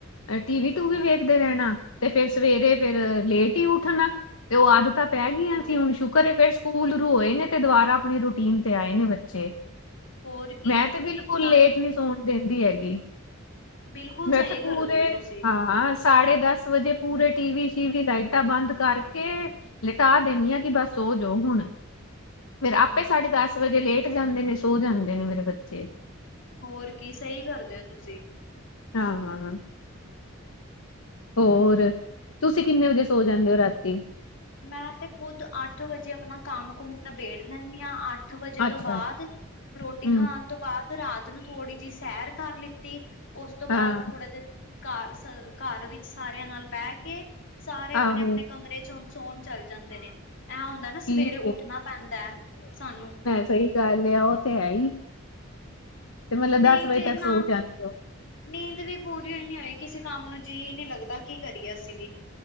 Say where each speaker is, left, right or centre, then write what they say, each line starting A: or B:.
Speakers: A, on the left; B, on the left.
A: ਤੇ ਟੀਵੀ-ਟੂਵੀ ਵੇਖਦੇ ਰੈਣਾ ਤੇ ਫਿਰ ਸਵੇਰੇ ਫਿਰ ਲੇਟ ਈ ਉੱਠਣਾ ਤੇ ਓ ਆਦਤਾਂ ਪੈ ਗਈਆਂ
B: ਹੋਰ
A: ਸੀ ਹੁਣ ਸ਼ੁਕਰ ਏ ਫਿਰ ਸਕੂਲ ਰੋਏ ਨੇ ਤੇ ਦੁਬਾਰਾ ਆਪਣੇ ਰੂਟੀਨ ਤੇ ਆਏ ਨੇ‌ ਬੱਚੇ
B: ਹੋਰ ਕੀ
A: ਮੈਂ ਤੇ ਬਿਲਕੁਲ
B: ਤਾਂਹੀ
A: ਲੇਟ ਨੀ ਸੌਣ ਦੇਂਦੀ ਹੈਗੀ।
B: ਬਿਲਕੁਲ
A: ਮੈਂ
B: ਸਹੀ
A: ਤੇ ਪੂਰੇ
B: ਕਰਦੇ ਹੋ ਤੁਸੀਂ
A: ਹਾਂ ਸ ਸਾਢੇ ਦਸ ਵਜੇ ਪੂਰੇ ਟੀਵੀ-ਸ਼ੀਵੀ ਲਾਈਟਾਂ ਬੰਦ ਕਰਕੇ ਲਿਟਾ ਦੇਨੀ ਆ ਕਿ ਬਸ ਸੋ ਜੋ ਹੁਣ ਫਿਰ
B: ਹੂੰ
A: ਆਪੇ ਸਾਢੇ ਦਸ ਵਜੇ ਲੇਟ ਜਾਂਦੇ ਨੇ ਸੋ ਜਾਂਦੇ ਨੇ ਮੇਰੇ ਬੱਚੇ
B: ਹੋਰ ਕੀ ਸਈ ਕਰਦੇ ਹੋ ਤੁਸੀਂ
A: ਹਾਂ-ਹਾਂ-ਹਾਂ ਹੋਰ ਤੁਸੀਂ ਕਿੰਨੇ ਵਜੇ ਸੋ ਜਾਂਦੇ ਹੋ ਰਾਤੀ
B: ਮੈਂ ਤੇ ਖੁੱਦ ਅੱਠ ਵਜੇ ਆਪਣਾ ਕੰਮ-ਕੁਮ ਨਿਬੇੜ ਲੈਂਨੀ ਆ ਅੱ ਅੱਠ ਵਜੇ
A: ਅੱਛਾ
B: ਤੋਂ ਬਾਦ ਰੋਟੀ
A: ਹਮ
B: ਖਾਣ ਤੋਂ ਬਾਦ ਰਾਤ ਨੂੰ ਥੋੜ੍ਹੀ ਜੀ ਸੈਰ ਕਰ ਲਿੱਤੀ‌ ਉਸ ਤੋਂ ਬਾਦ
A: ਹਾਂ
B: ਥੋੜਾ ਜਿ ਘਰ-ਘਰ ਵਿੱਚ ਸਾਰਿਆਂ ਨਾਲ ਬੈ ਕੇ ਸਾਰੇ ਆਪਣੇ-ਆਪਣੇ
A: ਆਹੋ
B: ਕਮਰੇ 'ਚੋਂ ਸੋਣ ਚੱਲ ਜਾਂਦੇ ਨੇ ਐ ਹੁੰਦਾ ਨਾ
A: ਠੀਕ
B: ਸਵੇਰੇ ਉੱਠਣਾ ਪੈਂਦਾ ਐ ਸਾਨੂੰ
A: ਸਈ ਗੱਲ ਐ ਓ ਤੇ ਹੈ ਈ ਤੇ ਮਤਲਬ
B: ਨਹੀਂ
A: ਦਸ ਵਜੇ
B: ਤੇ
A: ਤੱਕ
B: ਨਾ
A: ਸੋ ਜਾਂਦੇ ਓ।
B: ਨੀਂਦ ਵੀ ਪੂਰੀਓ ਨੀ ਹੋਈ ਕਿਸੇ ਕੰਮ ਜੀ ਨੀ ਲੱਗਦਾ ਕੀ ਕਰੀਏ ਅਸੀਂ ਵੀ